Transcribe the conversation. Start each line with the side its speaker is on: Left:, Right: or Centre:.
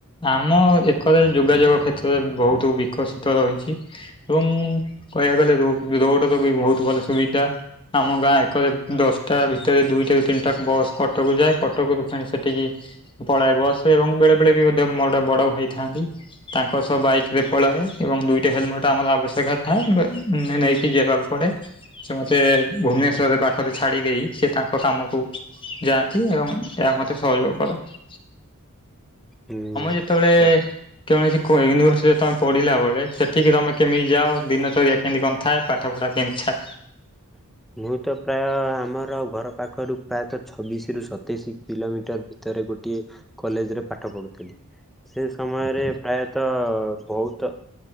Left: ଆମ ଏକରେ ଯୋଗାଯୋଗ କ୍ଷେତ୍ରରେ ବହୁତୁ ବିକଶିତ ରହିଚି। ଏବଂ କହିବାକୁ ଗଲେ ରୋଡ ର ବି ବହୁତୁ ଭଲ ସୁବିଧା। ଆମ ଗାଁ ଏକରେ ଦଶଟା ଭିତରେ ଦୁଇଟା ତିନିଟା ବସ୍ କଟକ ଯାଏ, କଟକରୁ ଫେଣି ସେଠିକି ପଳାଏ ବସ୍ ରେ ଏବଂ ବେଳେ-ବଳେ ବି ମୋର ଗୋଟେ ବଡ ଭାଇ ଥାନ୍ତି ତାଙ୍କ ସହ ବାଇକ ରେ ପଳଏ ଏବଂ ଦୁଇଟା ହେଲମେଟ ଆମର ଆବଶ୍ୟକ। <unintelligible> ଥାଏ ବ ନେଇକି ଯିବାକୁ ପଡେ। ସେ ମତେ ଭୁବନେଶ୍ଵର ପାଖରେ ଛାଡି ଦେଇ ସିଏ ତାଙ୍କ କାମକୁ ଯାଆନ୍ତି ଏବଂ ଏହା ମତେ ସହଯୋଗ କରନ୍ତି।
Centre: ହୁଁ
Left: ଯେତେବେଳେ
Centre: <unintelligible>
Left: କୌଣସି ୟୁନିଭର୍ସିଟିରେ ତମେ ପଢିଲା ବଳେ ସେଠିକି ତମେ କେମିତି ଯଅ, ଦିନଚର୍ଯ୍ୟା କେମିତି କଣ ଥାଏ ପାଠପଢ଼ା କେମିତି <unintelligible>
Centre: ହ ମୁଁ ତ ପ୍ରାୟ ଆମର ଘର ପାଖରୁ ପ୍ରାୟତଃ ଛବିଶି ରୁ ସତେଇଶି କିଲୋମିଟର୍ ଭିତରେ ଗୋଟିଏ କଲେଜ୍ ରେ ପାଠ ପଢୁଥିଲି। ସେ ସମୟରେ ପ୍ରାୟତଃ ବହୁତ